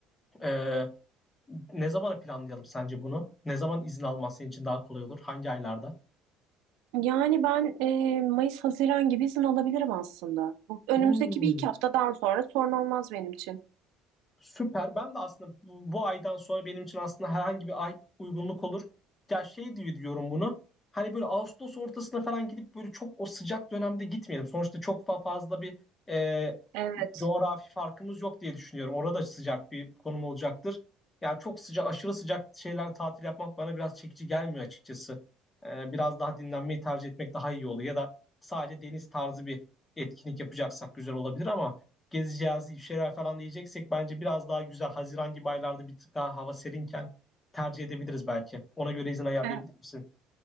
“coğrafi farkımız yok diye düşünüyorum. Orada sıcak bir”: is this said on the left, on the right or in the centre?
Left